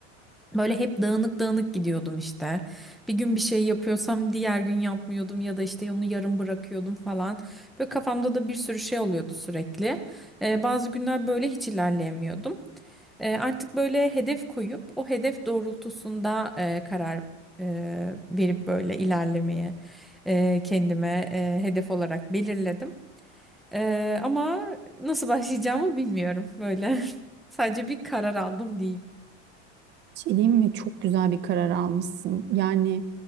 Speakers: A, in the centre; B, on the right (about 30°).
A: Böyle hep dağınık dağınık gidiyordum işte. Bir gün bir şey yapıyorsam diğer gün yapmıyordum ya da işte onu yarım bırakıyordum falan. Böyle kafamda da bir sürü şey oluyordu sürekli. Ee, bazı günler böyle hiç ilerleyemiyordum. E, artık böyle hedef koyup o hedef doğrultusunda e, karar e, verip böyle ilerlemeye e, kendime e, hedef olarak belirledim. E, ama nasıl başlayacağımı bilmiyorum böyle. <laughs> Sadece bir karar aldım diyeyim.
B: Şey diyeyim mi? Çok güzel bir karar almışsın. Yani